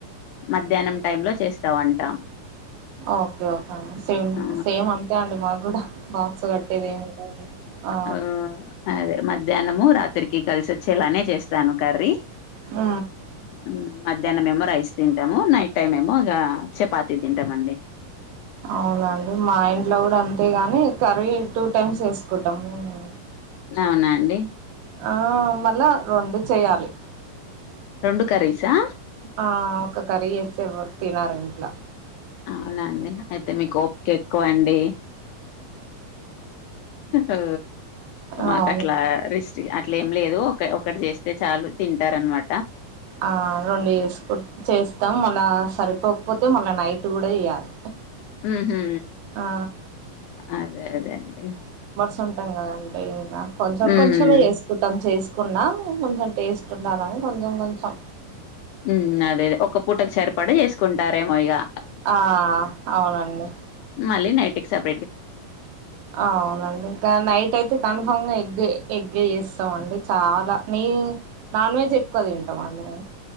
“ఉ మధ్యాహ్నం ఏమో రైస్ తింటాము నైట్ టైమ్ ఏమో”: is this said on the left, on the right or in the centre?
Left